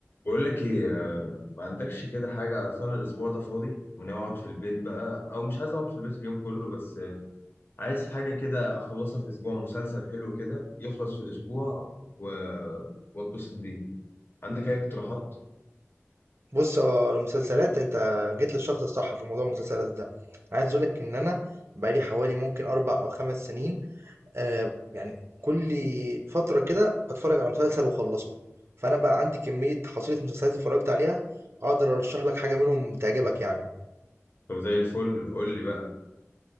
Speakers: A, on the left (about 45°); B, on the right (about 55°).
A: بقول لك ايه آه، ما عندكش كده حاجة أصل أنا الأسبوع ده فاضي وناوي أقعد في البيت بقى أو مش عايز أقعد في البيت اليوم كله بس آه، عايز حاجة كده أخلصها في أسبوع مسلسل حلو كده يخلص في أسبوع و... وأتبسط بيه عندك أي اقتراحات؟
B: بُص، هو المسلسلات أنت جيت للشخص الصح في موضوع المسلسلات ده. عايز أقول لك إن أنا بقى لي حوالي ممكن 4 أو 5 سنين آآ، يعني كل فترة كده باتفرّج على مسلسل واخلّصه، فأنا بقى عندي كمية حصيلة مسلسلات اتفرّجت عليها، أقدر أرشّح لك حاجة منهم تعجبك يعني.
A: طب زي الفل قول لي بقى